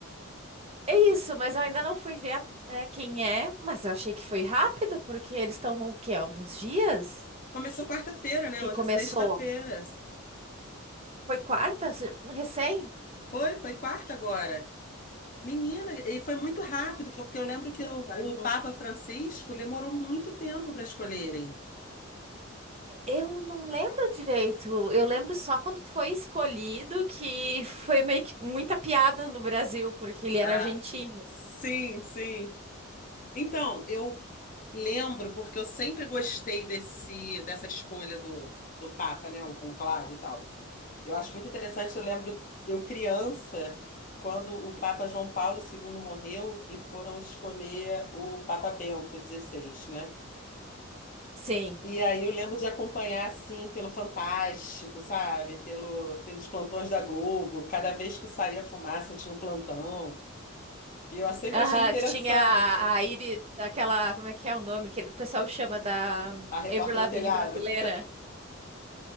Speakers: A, on the right; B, on the left.
A: É isso, mas eu ainda não fui ver a- é, quem é. Mas eu achei que foi rápido, porque eles estão o quê? Alguns dias
B: Começou quarta-feira, né?
A: que
B: Hoje
A: começou.
B: é sexta-feira.
A: Foi quarta, se- recém?
B: Foi, foi quarta agora. Menina, e foi muito rápido, porque eu lembro que o, o Papa Francisco demorou muito tempo para escolherem.
A: Eu não lembro direito. Eu lembro só quando foi escolhido que foi meio que muita piada no Brasil, porque ele era
B: Ah,
A: argentino.
B: sim, sim. Então, eu lembro, porque eu sempre gostei desse, dessa escolha do, do Papa, né? O conclave e tal. Eu acho muito interessante, eu lembro de eu criança, quando o Papa João Paulo II morreu e foram escolher o Papa Bento XVI, né?
A: Sim.
B: E aí eu lembro de acompanhar, assim, pelo Fantástico, sabe? Pelo, pelos plantões da Globo. Cada vez que saía fumaça tinha um plantão. E eu sempre
A: Aham,
B: achei interessante.
A: que tinha a a Iris, aquela, como é que é o nome que o pessoal chama da hum,
B: A repórter
A: Avril Lavigne
B: do telhado.
A: brasileira.